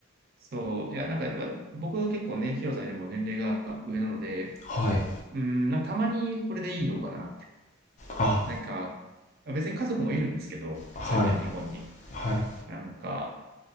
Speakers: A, on the right; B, on the left.
A: そう。いや、なんかやっぱ、僕は結構ね、ヒロさんよりも年齢が上なので、
B: はい
A: うん、なんかたまにこれでいいのかなって。
B: あ
A: なんか、別に家族もいるんですけど、普通に日本に。
B: はいはい
A: なんか、